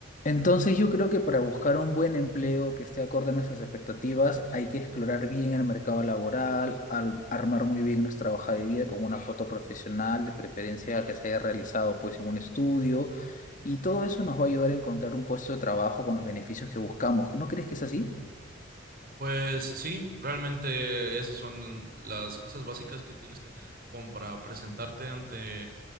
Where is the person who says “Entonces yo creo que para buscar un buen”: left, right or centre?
Left